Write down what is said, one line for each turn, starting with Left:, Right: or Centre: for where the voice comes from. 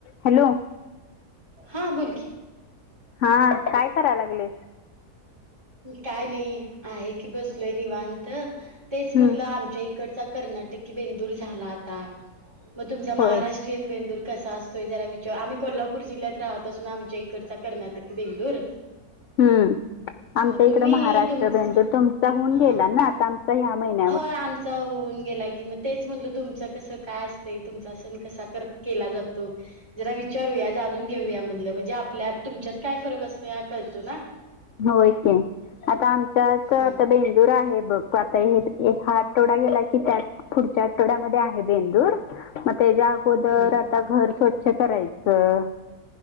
Left: हॅलो
Right: हा बोल की
Left: हा काय कराय लागलेस?
Right: काय नाही आहे की बसलोय निवांत तेच म्हणलं
Left: हम्म
Right: आमच्या तिकडचा कर्नाटकी बेंदूर झाला आता मग तुमचा महाराष्ट्रीयन
Left: होय
Right: बेंदूर कसा असतोय जरा विचार आम्ही कोल्हापूर जिल्ह्यात राहत असून आमच्या एक इकडचा कर्नाटकी बेंदूर
Left: हम्म आमच्या
Right: मग
Left: इकड
Right: तुम्ही
Left: महाराष्ट्र
Right: तुम
Left: बेंदूर तुमचा होऊन
Right: हा
Left: गेला ना आता आमचा ह्या महिन्या
Right: होय आमचा होऊन गेला कि म तेच म्हणलं तुमच कसं काय असतंय तुमचा सण कसा कर केला जातो. जरा विचारूया जाणून घेऊया म्हणलं म्हणजे आपल्यात तुमच्यात काय फरक असतोय हा कळतो ना.
Left: होय की आता आमच्यात
Right: हा
Left: आता बें दुर आहे बघ आता हे हा आठवडा गेला की त्या पुढच्या आठवड्यामध्ये आहे बेंदूर म तेच्या अगोदर
Right: हम्म
Left: आता घर स्वच्छ करायचं.